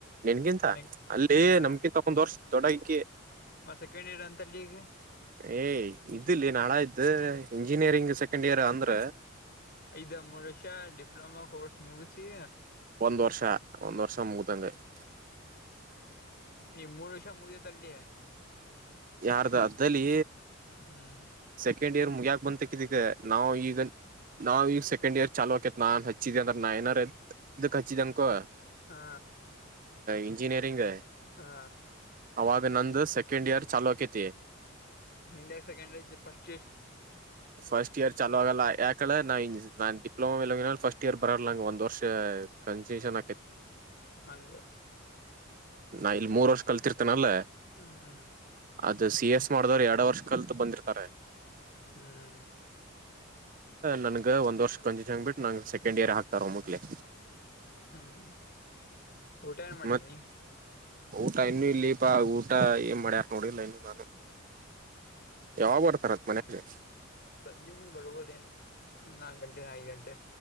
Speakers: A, on the right (about 40°); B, on the left (about 50°).
A: ನಿನ್ಗಿಂತ
B: ನಂಗ್
A: ಅಲ್ಲಿ
B: ಹಾ
A: ನಮ್ಗಿಂತ ಒಂದ್ ವರ್ಷ. ತೋಡಾಯ್ಕ.
B: ಮ ಸೆಕೆಂಡ್ ಇಯರ್ ಅಂತಲ್ಲಿ ಈಗ.
A: ಏಯ ಇದ್ದಿಲ್ಲಿ ನಾಳ ಇದ್ದ ಇಂಜಿನಿಯರಿಂಗ್ ಸೆಕೆಂಡ್ ಇಯರ್ ಅಂದ್ರ.
B: ಇದ ಮೂರು ವರ್ಷ ಡಿಪ್ಲೊಮಾ ಕೋರ್ಸ್ ಮುಗಿಸಿ.
A: ಒಂದು ವರ್ಷ ಒಂದು ವರ್ಷ ಮು ತಂದೆ <unintelligible>
B: ಈ ಮೂರು ವರ್ಷ ಮುಗಿತಲ್ಲಿ.
A: ಯಾರ್ದು ಅದ್ದಲಿ.
B: ಹ್ಮ್.
A: ಸೆಕೆಂಡ್ ಇಯರ್ ಮುಗ್ಯಾಕ ಬಂತಕ್ಕಿದಗ ನಾವವು ಈಗ. ನಾವವು ಈ ಸೆಕೆಂಡ್ಯರ್ ಚಲು ಆಕೇತ್ ನಾನ್. ಹಚ್ಚಿದ ಅಂದ್ರ ನಾ ನಾರ ಇದಕ್ ಹಚ್ಚಿದನ್ಕೋ.
B: ಹಾ.
A: ಇಂಜಿನಿಯರಿಂಗ್.
B: ಹಾ
A: ಅವಾಗ ನಂದು ಸೆಕೆಂಡ್ ಇಯರ್ ಚಾಲೋಕಿತ್ತು. ತ್ತೆ.
B: ನಿಂದ ಯಾಕ್ ಸೆಕೆಂಡ್ ಪಫಸ್ಟ್.
A: ಫಸ್ಟ್ ಇಯರ್ ಚಲುವ ಆಗಲ್ಲ ಯಾಕಳ ನ ನಾನ್ ಡಿಪ್ಲೊಮಾ. ಇ ಫಸ್ಟ್ ಇಯರ್ ಬರಲಂಗ ಒಂದ್ ವರ್ಷ ಕನ್ಸೇಷನ್ ಆಕೈತಿ.
B: ಹಂಗ.
A: ನಾ ಇಲ್ಲಿ ಮೂರ್ ವರ್ಷ ಕಲ್ತಿರ್ತಿ. ಅಲ್ಲ
B: ಹ್ಮ್ ಹ್ಮ್
A: ಅದು- ಸಿ ಎಸ್ ಮಾಡಿದವರು ಎರಡು ವರ್ಷ ಕಲ್ತ್ ಬಂದಿರ್ತಾರೆ.
B: ಹ್ಮ್.
A: ನನ್ಗೆ ಒಂದ್ ವರ್ಷ ಕಂಜಿ ಹಂಗ್ ಬಿಟ್ಟು ನಂಗ್ ಸೆಕೆಂಡ್ ಇಯರ್ ಹಾಕ್ತಾರ ಮಕ್ಳಿಗೆ.
B: ಹ್ಮ್ ಊಟ ಏನ್ ಮಾಡಿದೀನಿ.
A: ಮತ್ ಊಟ ಇನ್ನುೂ ಇಲ್ಲಿಪಾ ಊಟ ಏನ್ ಮಾಡ್ಯಕ್ ನೋಡಿಿಲ್ಲ ಇನ್ನು ನಾನು. ಯಾವಾಗ ಬರ್ತಾರ ಮನಗೆ.
B: ಸಂಜೆ ಮುಂದೆ ಬರ್ಬೋದೇನು ನಾಕ್ ಗಂಟೆ ಐದು ಗಂಟೆ.